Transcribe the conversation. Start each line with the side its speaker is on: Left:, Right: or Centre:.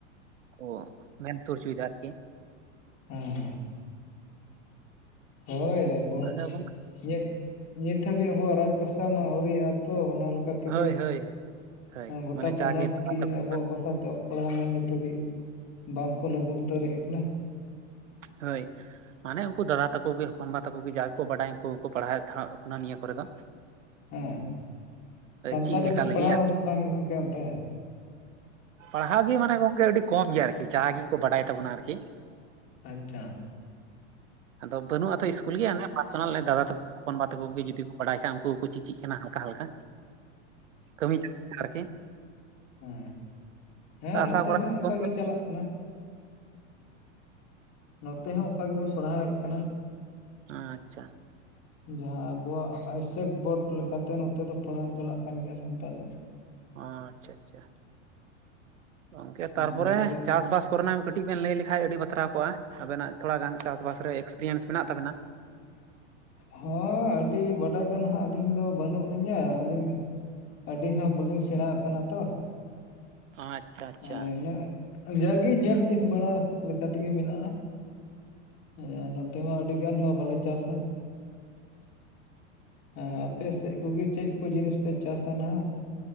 Right: ᱠᱚ ᱢᱮᱱ <inaudible> ᱦᱚᱪᱚᱭᱮᱫᱟ ᱟᱨᱠᱤ᱾
Left: ᱦᱩᱸ᱾ ᱦᱳᱭ
Right: ᱟᱫᱚ ᱜᱚᱝᱠ
Left: ᱪᱮᱫ ᱱᱤᱛ ᱦᱟᱹᱵᱤᱡ ᱟᱵᱚᱣᱟᱜ ᱨᱟᱡᱽ ᱵᱷᱟᱥᱟ ᱢᱟ ᱟᱹᱣᱨᱤᱭᱟᱜᱼᱟ ᱛᱚ ᱚᱱᱟ ᱞᱮᱠᱟ ᱛᱮᱜᱮ
Right: ᱦᱳᱭ ᱦᱳᱭ ᱦᱳᱭ ᱦᱳᱭ
Left: ᱦᱮᱸ ᱜᱚᱴᱟ
Right: ᱢᱟᱱᱮ
Left: ᱯᱚᱱᱚᱛ
Right: ᱡᱟᱜᱮ ᱫᱟᱫᱟ
Left: ᱠᱤ
Right: ᱛᱟᱠᱚ
Left: ᱟᱵᱚᱣᱟᱜ ᱵᱷᱟᱥᱟ ᱛᱚ <unintelligible> ᱱᱤᱛ ᱦᱟᱹᱵᱤᱡ, ᱵᱟᱝᱠᱚ ᱞᱟᱹᱜᱩ ᱩᱛᱟᱹᱨᱮᱫ ᱠᱟᱱᱟ᱾
Right: ᱦᱳᱭ ᱢᱟᱱᱮ ᱩᱱᱠᱩ ᱫᱟᱫᱟ ᱛᱟᱠᱚ ᱜᱮ ᱦᱚᱯᱚᱱ ᱵᱟ ᱛᱟᱠᱚ ᱜᱮ ᱡᱟ ᱜᱮᱠᱚ ᱵᱟᱰᱟᱭᱟ ᱩᱱᱠᱩ ᱜᱮᱠᱚ ᱯᱟᱲᱦᱟᱣᱮᱫ ᱠᱟᱱᱟ ᱱᱤᱭᱟᱹ ᱠᱚᱨᱮ ᱫᱚ
Left: ᱦᱩᱸ ᱥᱟᱱᱛᱟᱞᱤ
Right: ᱪᱮᱫ ᱞᱮᱠᱟ
Left: ᱛᱮ
Right: ᱞᱟᱹᱜᱤᱫ
Left: ᱯᱟᱲᱦᱟᱣᱥ
Right: ᱟᱨᱠᱤ
Left: ᱵᱟᱝ ᱜᱚᱢᱠᱮ ᱚᱱᱛᱮ?
Right: ᱯᱟᱲᱦᱟᱣ ᱜᱮ ᱢᱟᱱᱮ ᱜᱚᱝᱠᱮ ᱟᱹᱰᱤ ᱠᱚᱢ ᱜᱮᱭᱟ ᱟᱨᱠᱤ ᱡᱟ ᱜᱮᱠᱚ ᱵᱟᱰᱟᱭ ᱛᱟᱵᱚᱱᱟ ᱟᱨᱠᱤ
Left: ᱟᱪᱷᱟ
Right: ᱟᱫᱚ ᱵᱟᱹᱱᱩᱜᱼᱟ ᱛᱚ ᱤᱥᱠᱩᱞ ᱜᱮ ᱚᱱᱮ ᱯᱟᱨᱥᱚᱱᱟᱞ ᱫᱟᱫᱟ ᱛᱟᱠᱚ ᱦᱚᱯᱚᱱ ᱵᱟᱵᱟ ᱛᱟᱠᱚ ᱜᱮ ᱡᱩᱫᱤ ᱵᱟᱰᱟᱭ ᱠᱷᱟᱡ ᱩᱱᱠᱩᱠᱚ ᱪᱮᱪᱮᱜ ᱠᱟᱱᱟ ᱦᱟᱞᱠᱟ-ᱦᱟᱞᱠᱟ ᱠᱟᱹᱢᱤ ᱟᱨᱠᱤ
Left: ᱦᱩᱸ ᱦᱮᱸ
Right: ᱟᱥᱟ
Left: ᱱᱚᱛᱮ
Right: ᱠᱚᱨᱟ
Left: ᱦᱚᱸ ᱚᱱᱠᱟ
Right: ᱜᱚᱝᱠᱮ
Left: ᱜᱮ ᱪᱟᱞᱟᱜ ᱠᱟᱱᱟ᱾ ᱱᱚᱛᱮ ᱦᱚᱸ ᱚᱱᱠᱟ ᱜᱮᱵᱚᱱ ᱯᱟᱲᱦᱟᱣᱮᱫ ᱠᱟᱱᱟ᱾
Right: ᱟᱪᱷᱟ
Left: ᱡᱟᱦᱟᱸ ᱟᱵᱚᱣᱟᱜ ᱟᱭᱩᱥᱮᱠ ᱵᱳᱰ ᱞᱮᱠᱟᱛᱮ ᱱᱚᱛᱮ ᱫᱚ ᱯᱟᱲᱦᱟᱣ ᱪᱟᱞᱟᱜ ᱠᱟᱱ ᱜᱮᱭᱟ ᱥᱟᱱᱛᱟᱞᱤ
Right: ᱚ ᱟᱪᱷᱟ-ᱟᱪᱷᱟ ᱜᱚᱝᱠᱮ ᱛᱟᱨᱯᱚᱨᱮ
Left: ᱱᱤᱛ ᱦᱟᱹᱵᱤᱡ
Right: ᱪᱟᱥᱵᱟᱥ ᱠᱚᱨᱮᱱᱟᱜ ᱠᱟᱹᱴᱤᱡ ᱵᱮᱱ ᱞᱟᱹᱭ ᱞᱮᱠᱷᱟᱡ ᱟᱹᱰᱤ ᱵᱟᱛᱨᱟᱣ ᱠᱚᱜᱼᱟ᱾ ᱟᱵᱮᱱᱟᱜ ᱛᱷᱚᱲᱟ ᱜᱟᱱ ᱪᱟᱥᱵᱟᱥ ᱨᱮ ᱮᱠᱥᱯᱨᱤᱭᱮᱱᱥ ᱢᱮᱱᱟᱜ ᱛᱟᱵᱮᱱᱟ᱾
Left: ᱦᱮᱸ ᱟᱹᱰᱤ ᱵᱟᱰᱟᱭ ᱫᱚ ᱱᱟᱦᱟᱜ ᱟᱹᱞᱤᱧ ᱫᱚ ᱵᱟᱹᱱᱩᱜ ᱞᱤᱧᱟᱹ ᱟᱹᱞᱤᱧ ᱟᱹᱰᱤ ᱦᱚᱸ ᱵᱟᱹᱞᱤᱧ ᱥᱮᱬᱟ ᱟᱠᱟᱱᱟ ᱛᱚ
Right: ᱟᱪᱪᱷᱟ ᱟᱪᱪᱷᱟ
Left: ᱦᱮᱸ ᱤᱱᱟᱹ ᱡᱟᱜ-ᱜᱮ ᱧᱮᱞ ᱪᱮᱫ ᱵᱟᱲᱟ ᱞᱮᱠᱟᱛᱮᱜᱮ ᱢᱮᱱᱟᱜᱼᱟ᱾ ᱦᱮᱸ ᱱᱚᱛᱮ ᱢᱟ ᱟᱹᱰᱤ ᱜᱟᱱ ᱢᱟ ᱵᱟᱞᱮ ᱪᱟᱥᱟ᱾ ᱦᱮᱸ ᱟᱯᱮ ᱥᱮᱫ ᱠᱚᱜᱮ ᱪᱮᱫ ᱠᱚ ᱡᱤᱱᱤᱥ ᱯᱮ ᱪᱟᱥᱟ ᱱᱟᱦᱟᱜ᱾